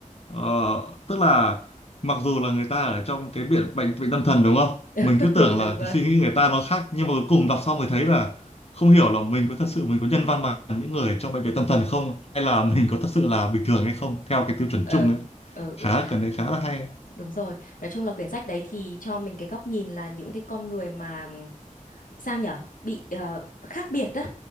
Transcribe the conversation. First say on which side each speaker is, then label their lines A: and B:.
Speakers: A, on the left; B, on the left.
A: ờ, tức là mặc dù là người ta ở trong cái bệnh bệnh bệnh tâm thần đúng không
B: <laughs>
A: mình cứ tưởng
B: được
A: là
B: rồi
A: cái suy nghĩ người ta nó khác nhưng mà cuối cùng đọc xong mới thấy là không hiểu là mình có thật sự mình có nhân văn bằng những người trong bệnh viện tâm thần không hay là mình có thật sự là bình thường hay không theo cái tiêu chuẩn
B: ừ
A: chung ấy
B: ừ
A: khá
B: ừ
A: cần đấy khá là hay
B: Đúng rồi, nói chung là quyển sách đấy thì cho mình cái góc nhìn là những cái con người mà sao nhở bị ờ, khác biệt đó